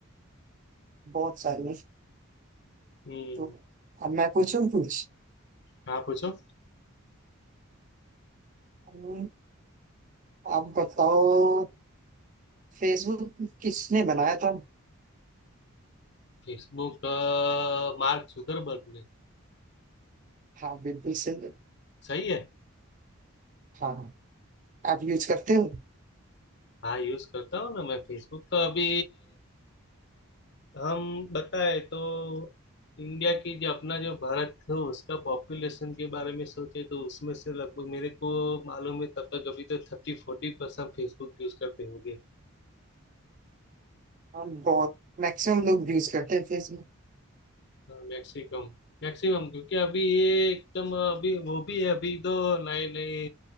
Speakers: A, on the right (about 35°); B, on the left (about 50°).
A: बहुत सारी है
B: हम्म
A: तो अब मैं पूछूं कुछ
B: हाँ पूछो
A: हम्म, आप बताओ फेसबुक किसने बनाया था
B: फेसबुक मार्क जुकरबर्ग ने
A: हाँ बिल्कुल सही
B: सही है
A: हाँ आप यूज करते हो
B: हाँ यूज करता हूँ ना मैं फेसबुक तो अभी हम बताए तो इंडिया की जो अपना जो भारत है उसका पॉपुलेशन के बारे में सोचे तो उसमें से लगभग मेरे को मालूम है तब तक अभी तो थर्टी फोर्टी परसेंट फेसबुक यूज करते होंगे
A: हाँ बहुत मैक्सिमम लोग यूज करते हैं फेसबुक
B: मैक्सिमम मैक्सिमम क्योंकि अभी ये एकदम अभी वो भी है अभी तो नए नए